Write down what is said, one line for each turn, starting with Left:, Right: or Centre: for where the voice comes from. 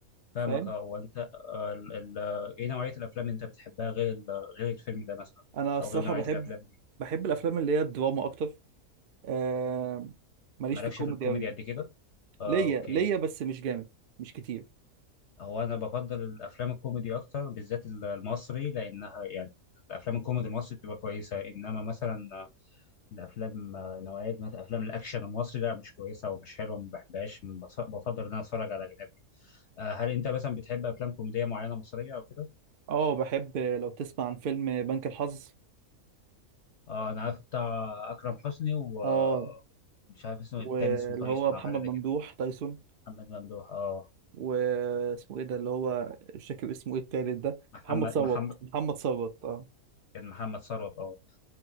Left: فاهمك
Right: فاهم
Left: اه وانت آه، ال- ال- ايه نوعيه الافلام اللي انت بتحبها غير ال- غير الفيلم ده مثلا
Right: انا الصراحة
Left: او غير نوعيه
Right: بحب
Left: الافلام دي
Right: بحب الافلام اللي هي الدراما اكتر آه، ماليش
Left: مالكش
Right: في الكوميدي
Left: في الكوميدي
Right: قوي
Left: قد كده آه،
Right: ليا
Left: اوكي
Right: ليا بس مش جامد مش كتير
Left: هو انا بفضل الافلام الكوميدي اكتر بالذات المصري لانها يعني الافلام الكوميدي المصري بتبقى كويسه انما مثلا الافلام نوعيه مثلا افلام الاكشن المصري لا مش كويسه ومش حلوه ما بحبهاش بف- بفضل ان انا اتفرج على اجنبي آه، هل انت مثلا بتحب افلام كوميديه معينه مصريه او كده
Right: اه بحب آه، لو تسمع عن فيلم بنك الحظ
Left: آه، انا عارف بتاع اكرم حسني ومش
Right: اه
Left: عارف اسمه
Right: واللي
Left: إيه، التاني اسمه تايسون
Right: هو محمد
Left: او حاجه زي
Right: ممدوح
Left: كده
Right: تايسون
Left: محمد ممدوح اه
Right: واسمه ايه ده اللي هو مش فاكر اسمه ايه التالت ده
Left: محمد
Right: محمد صوت
Left: محمد
Right: محمد صوت اه
Left: كان محمد ثروت اه